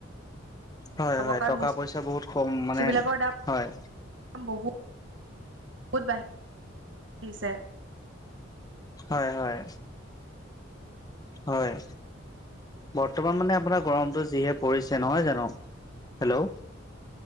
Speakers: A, on the left; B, on the right.
A: হয়
B: হ'ব
A: হয়,
B: কাৰণ
A: টকা পইচা বহুত কম
B: বস্তুবিলাকৰ
A: মানে হয়।
B: বহুত বাহিছে।
A: হয়, হয়, হয়। বৰ্তমান মানে আপোনাৰ গৰমটো যিহে পৰিছে নহয় জানো, হেল্ল'।